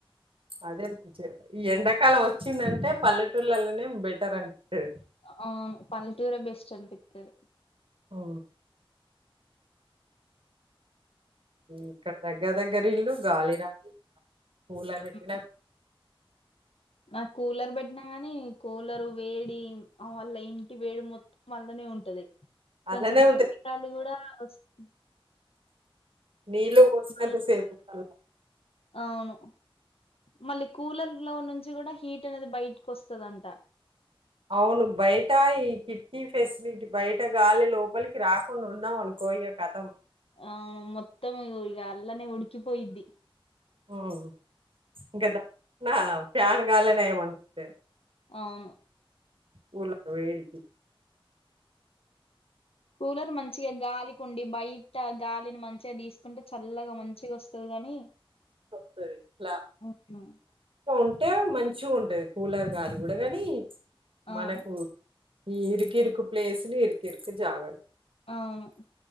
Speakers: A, on the right; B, on the left.
A: అదే ఈ ఎండాకాలం వచ్చిందంటే పల్లెటూళ్లలోనే బెటర్ అంటారు
B: అవును పల్లెటూరు బెస్ట్ అనిపిస్తుది
A: ఓ ఇక్కడ దగ్గర దగ్గర ఇల్లు గాలి రాల కూలర్ పెట్టిన
B: ఉమ్ నాకు కూలర్ పెట్టినా గాని కూలరు వేడి వల్ల ఇంటి వేడి మొత్తం అల్లనే ఉంటది
A: అలానే
B: కొంచెం బయిటి
A: ఉంటది
B: గాలి కూడా కొంచెం
A: నీళ్లు పోసినంత
B: బయిటి
A: సేపు
B: గాలి అవును మళ్ళీ కూలర్ లో నుంచి కూడా హీట్ అనేది బయటకు వస్తుదంట
A: అవును బయట ఈ కిట్కీ ఫెసిలిటీ బయట గాలి లోపలికి రాకుండా ఉన్నాం అనుకో ఇగ కథం
B: అవును మొత్తం ఇ ఇగ అల్లనే ఉడుకిపోయిద్ది
A: అవును గదా నా ఫ్యాన్ గాలే నయం ఉంటది
B: అవును
A: కూల్లర్ల వేడికి
B: కూలర్ మంచిగా గాలికి ఉండి బయట గాలిని మంచిగా తీసుకుంటే చల్లగా మంచిగా వస్తది గాని
A: వస్తది ఇట్లా
B: అవును
A: ఉంటే మంచిగా ఉంటది కూలర్ గాలి కూడా కానీ
B: అవును
A: మనకు ఈ ఇరికిరికి పప్లేస్ ఇరికిరికి జాగాలు
B: అవును